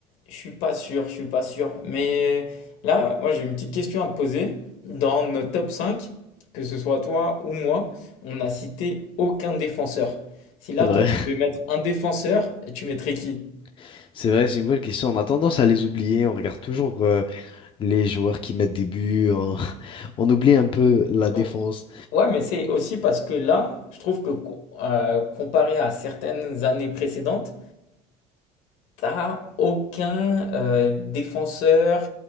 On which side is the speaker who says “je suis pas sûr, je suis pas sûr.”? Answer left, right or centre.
Left